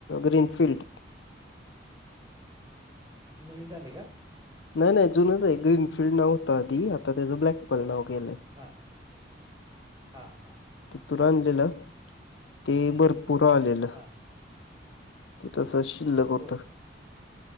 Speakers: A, on the left; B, on the right.
A: ग्रीनफील्ड
B: ते नवीन झालय का?
A: नाय नाय जुनच आहे ग्रीनफील्ड नाव होत आधी आता त्या ब्लॅक पल नाव केलंय
B: हा हा हा
A: तिथून आणलेला ते
B: बर
A: भरपूर आलेलं
B: हा
A: ते तस शिल्लक होत.
B: होय